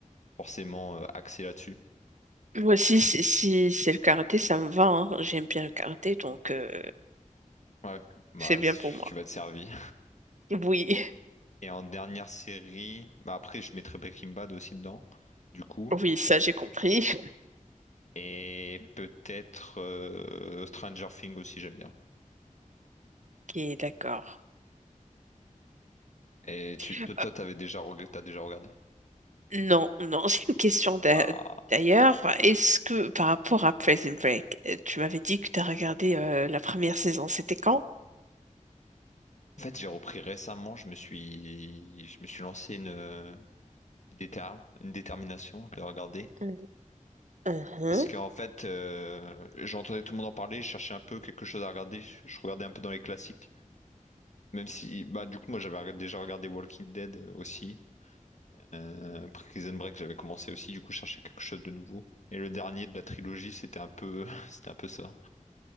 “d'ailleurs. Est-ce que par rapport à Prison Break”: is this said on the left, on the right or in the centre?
Right